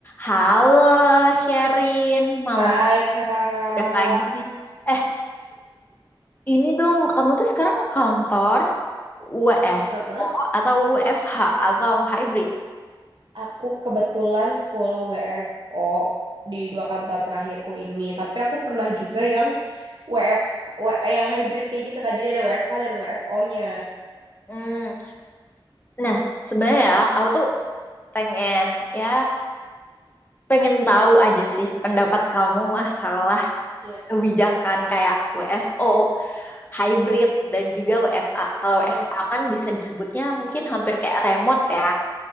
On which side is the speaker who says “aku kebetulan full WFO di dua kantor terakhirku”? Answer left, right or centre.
Right